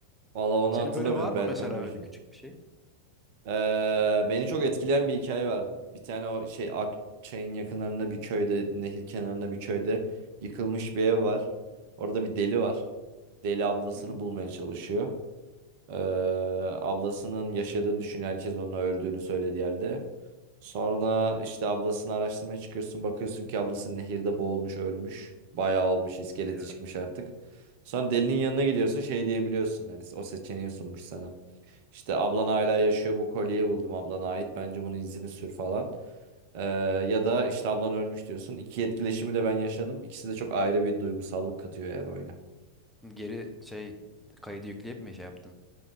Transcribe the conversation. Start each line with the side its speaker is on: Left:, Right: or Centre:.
Right: Valla onu
Centre: Senin
Right: hatırlamıyorum.
Centre: böyle var mı
Right: Belki
Centre: mesela
Right: oynamışımdır.
Centre: öyle küçük bir şey?
Right: Ee,
Centre: Hikayesini
Right: beni çok
Centre: beğendin.
Right: etkileyen bir hikaye var. Bir tane o şey Akçay'ın yakınlarında bir köyde, nehir kenarında bir köyde yıkılmış bir ev var. Orada bir deli var. Deli ablasını
Centre: Hı hı.
Right: bulmaya çalışıyor. Ee, ablasının yaşadığını düşünüyor. Herkes onun öldüğünü söylediği halde. Sonra işte ablasını araştırmaya çıkıyorsun. Bakıyorsun ki ablası nehirde boğulmuş, ölmüş. Bayağı olmuş, iskeleti
Centre: Hadi ya.
Right: çıkmış artık. Sonra delinin yanına gidiyorsun. Şey diyebiliyorsun. Yani o seçeneği sunmuş sana. İşte ablan hala yaşıyor bu kolyeyi buldum ablana ait. Bence bunun izini sür falan. Ee, ya da
Centre: Hı hı.
Right: işte ablan ölmüş diyorsun. İki etkileşimi de ben yaşadım. İkisi de çok ayrı bir duygusallık katıyor yani oyuna.
Centre: Geri şey kaydı yükleyip mi şey yaptın?